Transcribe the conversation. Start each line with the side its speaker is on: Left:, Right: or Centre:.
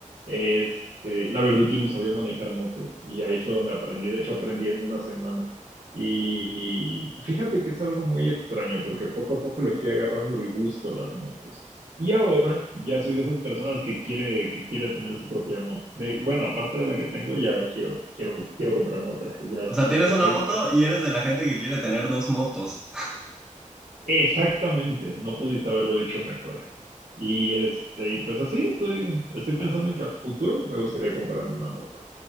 Right: este, la verdad yo no sabía manejar moto y ahí fue donde aprendí. De hecho, aprendí en una semana. Y fíjate que es algo muy extraño porque poco a poco le fui agarrando el gusto a las motos. Y ahora ya soy de esas personas que quiere, que quiere tener su propia moto. De, bueno, aparte de la que tengo, ya quiero, quiero, quiero comprarme otra. Y ya
Centre: O sea,
Right: hasta
Centre: tienes
Right: estoy
Centre: una moto
Right: empezando.
Centre: y eres de la gente que quiere tener dos motos.
Right: Exactamente, no pudiste haberlo dicho mejor. Y este, y pues así estoy, estoy pensando en que a futuro me gustaría comprarme una moto.